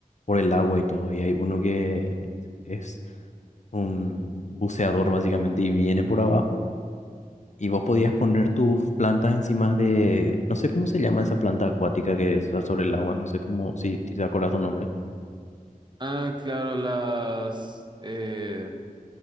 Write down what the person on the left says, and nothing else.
por el agua y todo, y hay uno que es un buceador básicamente y viene por abajo. Y vos podías poner tus plantas encima de, no sé cómo se llama esa planta acuática que está sobre el agua, no sé cómo, si si te acuerdas tu nombre.